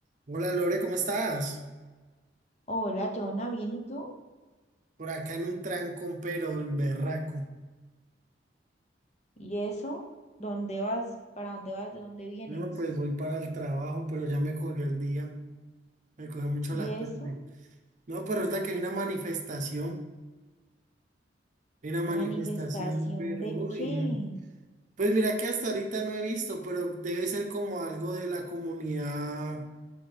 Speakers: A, on the right; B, on the left.
A: Hola Lore, ¿cómo estás?
B: Hola, Jonah, ¿bien y tú?
A: Por acá en un trancón, pero el berraco.
B: ¿Y eso? ¿Dónde vas? ¿Para dónde vas? ¿De dónde vienes?
A: No, pues voy para el trabajo, pero ya me cogió el día, me cogió mucho
B: ¿Y
A: la tarde.
B: eso?
A: No, pero ahorita que hay una manifestación, hay una manifestación,
B: ¿Manifestación
A: pero
B: de
A: uy,
B: qué?
A: no. Pues mira que hasta ahorita no he visto, pero debe ser como algo de la comunidad